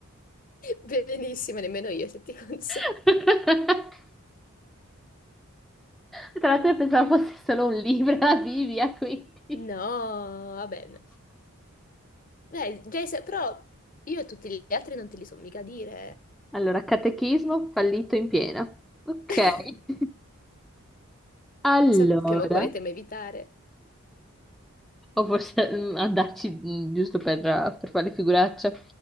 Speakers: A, on the left; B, in the centre.
A: Benissimo, nemmeno io se ti consolo.
B: <laughs> Tra l'altro pensavo fosse solo un libro, la Bibbia, quindi.
A: No,
B: <laughs>
A: va bene. Dai, Jason, però io e tutti gli altri non te li so mica dire.
B: Allora, catechismo fallito in piena. Ok.
A: <laughs>
B: <laughs> Allora,
A: Sappiamo quale tema evitare
B: o forse mm, andarci mm, giusto per, per fare figuraccia.